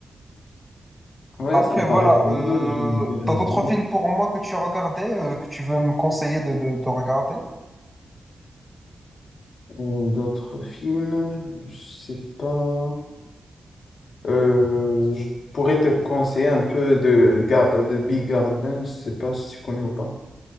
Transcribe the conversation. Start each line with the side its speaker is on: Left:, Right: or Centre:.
Left: Ouais,
Centre: Après,
Left: ça me
Centre: voilà.
Left: paraît pas
Centre: Euh,
Left: mal, j'aime bien le
Centre: t'as
Left: bon.
Centre: d'autres films pour moi que tu as regardé, euh, que tu veux me conseiller de, de, de regarder?
Left: Euh, D'autres films, je sais pas. Euh, je pourrais te conseiller un peu de, Gar- de Big Garden, je sais pas si tu connais ou pas.